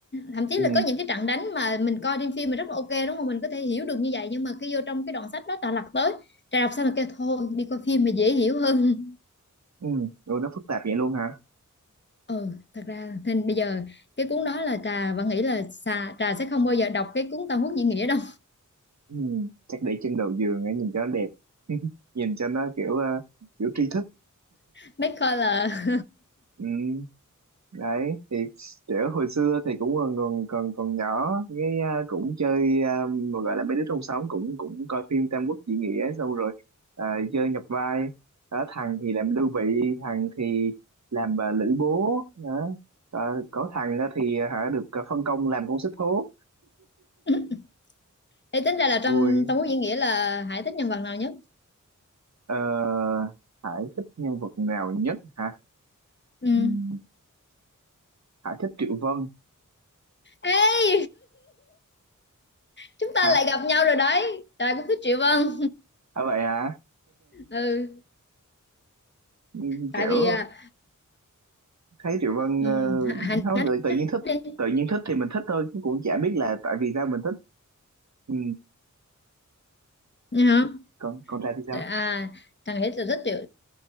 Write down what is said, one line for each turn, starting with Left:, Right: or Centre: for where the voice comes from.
Left: thậm chí
Right: Ừ.
Left: là có những cái trận đánh mà mình coi trên phim mà rất là ok đúng không mình có thể hiểu được như vậy nhưng mà khi vô trong cái đoạn sách đó trà lật tới trà đọc xong là kêu thôi đi coi phim mà dễ hiểu hơn
Right: Ừ. ủa nó phức tạp vậy luôn hả
Left: Ừ, thật ra nên bây giờ cái cuốn đó là Trà vẫn nghĩ là xà, Trà sẽ không bao giờ đọc cái cuốn Tam Quốc diễn nghĩa đâu.
Right: ừ. chắc để chân đầu giường ấy, nhìn cho nó đẹp <laughs> nhìn cho nó kiểu ờ, kiểu tri thức
Left: <laughs> Mấy coi là
Right: ừ. đấy thì kiểu hồi xưa thì cũng còn còn còn, còn nhỏ cái à, cũng chơi à, mà gọi là mấy đứa trong xóm cũng cũng coi phim Tam Quốc diễn nghĩa xong rồi à, chơi nhập vai đó, thằng thì làm Lưu Bị thằng thì làm à, Lữ Bố đó. Ờ, có thằng đó thì à, hả được à, phân công làm con xích thố
Left: <laughs> Ê, tính ra là
Right: vui
Left: trong Tam Quốc diễn nghĩa là Hải thích nhân vật nào nhất?
Right: Ờ, Hải thích nhân vật nào nhất hả
Left: Ừ.
Right: ừ, Hải thích Triệu Vân
Left: Ê, <laughs> chúng ta
Right: hả
Left: lại gặp nhau rồi đấy. Trà cũng thích Triệu Vân.
Right: à, vậy hả
Left: Ừ,
Right: <laughs>
Left: tại
Right: kiểu
Left: vì à,
Right: thấy Triệu Vân
Left: ừ,
Right: ờ,
Left: Hải Hải
Right: cũng không
Left: nói
Right: tự, tự nhiên thích
Left: đi.
Right: tự nhiên thích thì mình thích thôi chứ cũng chả biết là tại vì sao mình thích ừ.
Left: Nghe không?
Right: còn còn Trà thì sao
Left: Trà, à, Trà nghĩ là thích Triệu